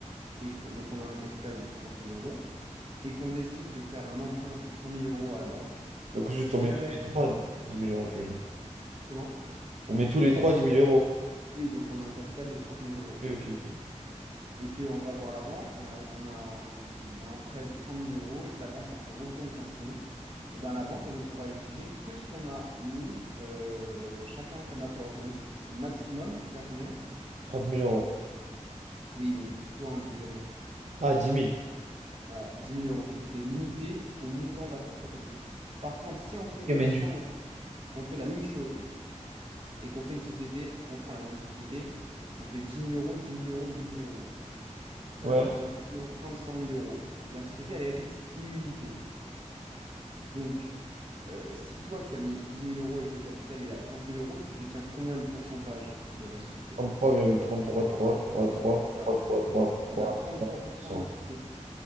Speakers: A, on the right; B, on the right.
A: et qu'on- donc on a un capital de trente mille euros, et qu'on décide de faire un emprunt de cent mille euros à la banque,
B: Donc juste
A: si
B: on
A: jamais,
B: met tous les trois dix mille euros, tu veux dire.
A: comment?
B: On met tous les trois dix mille euros.
A: Oui, donc on a un capital de trente mille euros
B: Ok, ok, ok.
A: et qu'on va voir la banque, on a, on a, un- on a un prêt de cent mille euros et que la banque, elle se retourne contre nous, et ben la banque, elle ne pourra exiger que ce qu'on a mis euh, chacun comme apport. Donc, maximum, tu perds combien?
B: 30 000 euros.
A: Oui, mais toi individuellement.
B: Ah, dix mille
A: Voilà, dix mille euros parce que tu es limité au montant d'apport que tu as mis. Par contre, si on fait,
B: Ok, mais
A: si
B: du
A: on,
B: coup.
A: on fait la même chose et qu'on fait une société, on reprend la même société, on fait dix mille euros, dix mille euros, dix mille euros.
B: Ouais.
A: Euh, on fait une empreinte 100 000 euros. La société, elle est risque illimité. Donc, euh, si toi, tu as mis 10 000 euros et que le capital il est à 30 000 euros, tu détiens combien de pourcentage de la société?
B: trente-trois virgule trente-trois trois trois trois
A: C'est ça.
B: trois trois
A: Donc,
B: trois
A: tu as 33%
B: virgule trois
A: de la société.